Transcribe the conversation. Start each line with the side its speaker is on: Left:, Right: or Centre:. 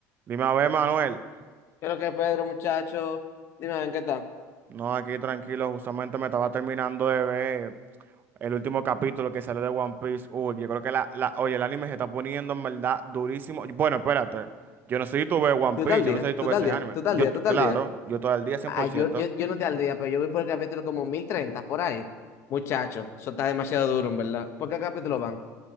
Right: Dime a ver, Manuel.
Left: qué es lo que Pedro, muchacho, dime a ver qué tal.
Right: No, aquí tranquilo, justamente me estaba terminando de ver el último capítulo que salió de One Piece. Uy, yo creo que la, la, oye, el anime se está poniendo en verdad durísimo. Bueno, espérate. Yo no sé si tú ves One
Left: Tú
Right: Piece,
Left: tal
Right: yo
Left: día,
Right: no sé si tú
Left: tú
Right: ves
Left: tal
Right: ese
Left: día,
Right: anime.
Left: tú tal
Right: Yo,
Left: día,
Right: t-
Left: tú
Right: claro,
Left: tal día.
Right: yo todo el día 100%.
Left: Ah, yo, yo, yo no estoy al día, pero yo voy por el capítulo como 1030 por ahí. Muchacho, eso está demasiado duro, en verdad. ¿Por qué capítulo van?